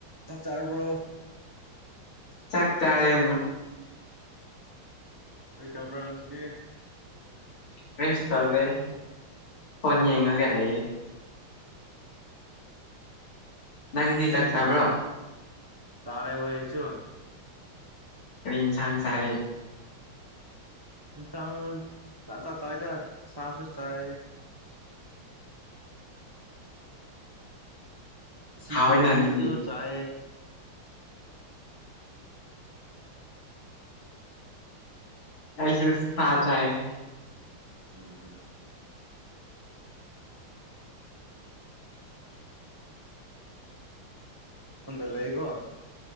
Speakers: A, on the right; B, on the left.
A: ꯆꯔꯔꯕ꯭ꯔꯣ
B: ꯆꯥꯛ ꯆꯔ
A: ꯑꯩꯣꯏ ꯇꯔ ꯄꯨ꯭ꯔ ꯉꯁꯤꯗꯤ
B: ꯍꯁꯤ ꯇ꯭ꯔꯦ ꯐꯣꯟ ꯌꯦꯡꯉꯒ ꯂꯩꯌꯦ ꯅꯪꯗꯤ ꯆꯥꯛ ꯆꯥꯕ꯭ꯔꯣ
A: ꯇꯥꯔꯦ ꯋꯥꯏ ꯑꯩꯁꯨ
B: ꯀꯔꯤ ꯏꯟꯁꯥꯡ ꯆꯥꯔꯦ
A: ꯆ ꯆ ꯆ ꯆꯥꯏꯗ ꯁꯥꯁꯨ ꯆꯥꯏꯌꯦ ꯁꯤꯡꯖꯨ
B: ꯍꯥꯎꯋꯦꯅ
A: ꯀꯨꯝꯕꯁꯨ
B: ꯑꯗꯨꯗꯤ
A: ꯆꯥꯏꯌ
B: ꯑꯩꯁꯨ ꯁꯥ ꯆꯥꯏꯌꯦ
A: ꯎꯝ ꯎꯝ ꯍꯣꯟꯗ ꯂꯩꯒꯣ